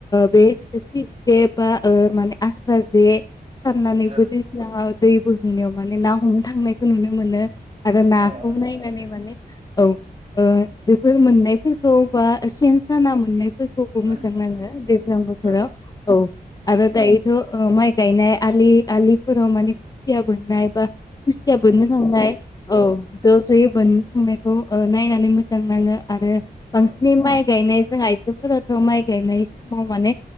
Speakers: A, on the left; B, on the right.
A: बे
B: उम
A: सिब जे। बो ओ माने आब जे साननानै
B: ओं
A: बदिसिना दै बोहैनायाव माने ना हमनो थांनायखौ नुनो मोनो आरो नााखौ
B: अ अ नंगौ
A: नायनानै
B: दे औ
A: माने औ बेफोर मोननायफोरखौ बा सेन साना मोननाय बो
B: ओं
A: मोजां नाङो
B: बेखौनो सानो
A: दैज्लां बोथोराव
B: औ
A: औ आरो दायो ओ माइ गायनाय आलि आलिफोराव माने खुसिया बोननाय बा खुसिया बोननो थांनाय औ ज जयै बोन्नो थांनाय नायनानै मोजां नाङो। आरो बांसिन
B: औ
A: माइ गायनाय जों आइजोफोराथ माइ गायनाय समाव माने